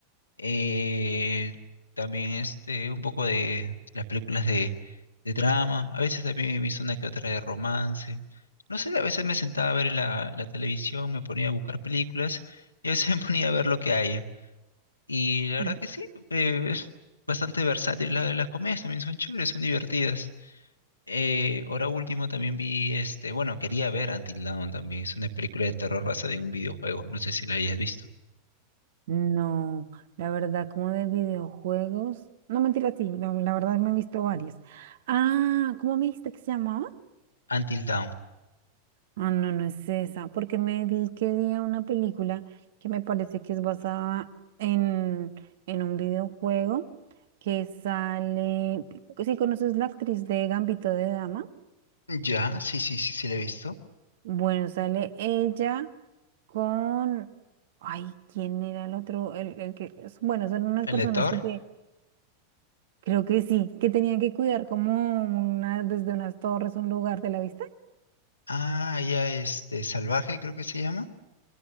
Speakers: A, on the left; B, on the right.
A: eh, también este, un poco de las películas de, de drama. A veces también he visto una que otra de romance. No sé, a veces me sentaba a ver la, la televisión, me ponía a buscar películas y a veces <laughs> me ponía a ver lo que haya. Y la verdad
B: Mm.
A: que sí, eh, es bastante versátil. La- las comedias también son chéveres, son divertidas. Eh, ahora último también vi este, bueno, quería ver Until Dawn también. Es una película de terror basada en un videojuego. No sé si la hayas visto.
B: No, la verdad, como de videojuegos. No, mentira, sí, la, la verdad me he visto varias. Ah, ¿cómo me dijiste que se llamaba?
A: Until Dawn.
B: Ah, no, no es esa, porque me vi que vi una película que me parece que es basada en, en un videojuego que sale, si conoces la actriz de Gambito de Dama,
A: Ya, sí, sí, sí, sí la he visto.
B: bueno, sale ella con, ay, ¿quién era el otro? El, el que, es- bueno, son unas
A: El
B: personas
A: de Thor.
B: que te- creo que sí, que tenían que cuidar como una, desde unas torres un lugar de la vista.
A: Ah, ya este, Salvaje creo que se llama.